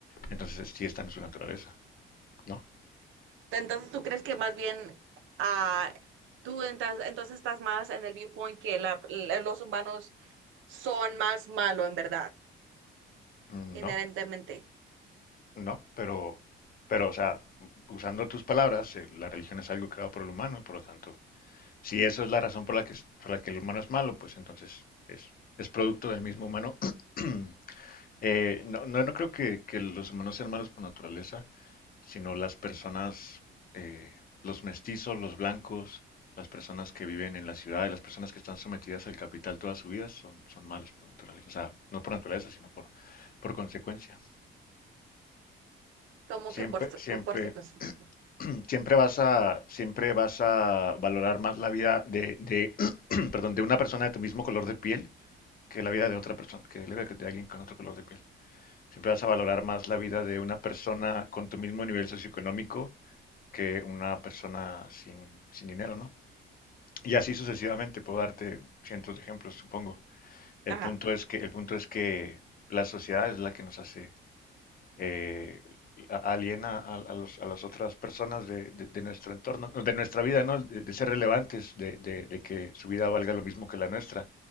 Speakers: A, on the left (about 45°); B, on the right (about 80°).
A: Entonces, sí está en su naturaleza. No,
B: Entonces, ¿tú crees que más bien ah, tú entas- entonces estás más en el viewpoint que la- la- los humanos son más malos en verdad,
A: mm,
B: inherentemente,
A: no, no, pero, pero, o sea, usando tus palabras, eh, la religión es algo creado por el humano y por lo tanto Si eso es la razón por la que, por la que el humano es malo, pues entonces es, es producto del mismo humano. <clears throat> Eh, no, no, no creo que, que los humanos sean malos por naturaleza, sino las personas, eh, los mestizos, los blancos, las personas que viven en la ciudad y las personas que están sometidas al capital toda su vida son, son malos por naturaleza. O sea, no por naturaleza, sino por, por consecuencia.
B: como
A: Siempre,
B: que por,
A: siempre,
B: por ser cosas?
A: <clears throat> siempre vas a, siempre vas a valorar más la vida de, de, <clears throat> perdón, de una persona de tu mismo color de piel que la vida de otra persona, que la vida de alguien con otro color de piel. Siempre vas a valorar más la vida de una persona con tu mismo nivel socioeconómico que una persona sin, sin dinero, ¿no? Y así sucesivamente, puedo darte cientos de ejemplos, supongo. El
B: Ajá,
A: punto es que, el punto es que la sociedad es la que nos hace eh, a- aliena a, a los- a las otras personas de, de- de nuestro entorno, de nuestra vida, ¿no? De, de ser relevantes, de, de- de que su vida valga lo mismo que la nuestra.